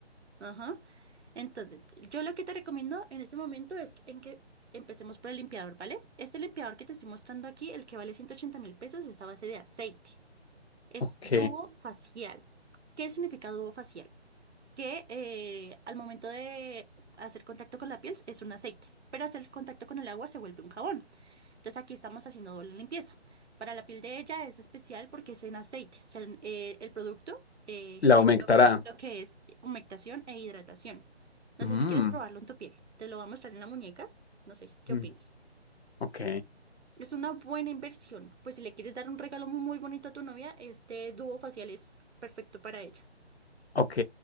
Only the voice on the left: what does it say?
ok,
la aumentará.
Mm,
mm,
ok,
Ok,